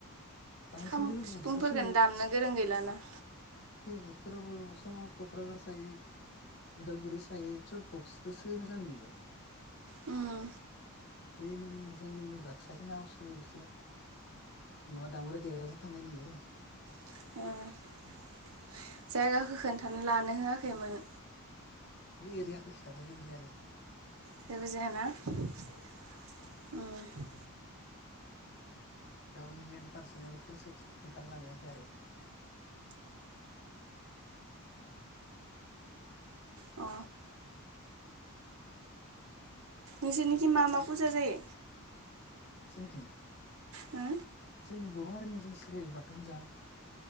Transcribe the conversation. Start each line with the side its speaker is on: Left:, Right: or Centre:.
Left: बांसिनखौनो
Right: खाम
Left: बक्सदोसो
Right: सिफुंफोरखौनो दामनो गोरों गैलाना
Left: फि जुफोराबो सब क'क्राझार सायद उदालगुरि सायद सब बक्सबोसो जानो नुयो
Right: उम
Left: जै नों जोंनि नै बाक्सााखनावसो एसे माबा दामग्रा देग्राजो थांनाय नुयो आं
Right: <unintelligible> जायगाखौ खोन्था लानो होआखैमोन
Left: ए एरैयााखो खिथाब जेबो जायानो
Right: जेबो जाया ननहोनना
Left: गावनि मेन पारसनेलखोसो खिन्थ खोन्थाना लानो होआखै आरो
Right: अ
Left: <unintelligible>
Right: निसिनिथिं मा मा फुजा जायो
Left: सिंथिं
Right: ओ
Left: जोंनि बर' हारिनि ज ज बाथौज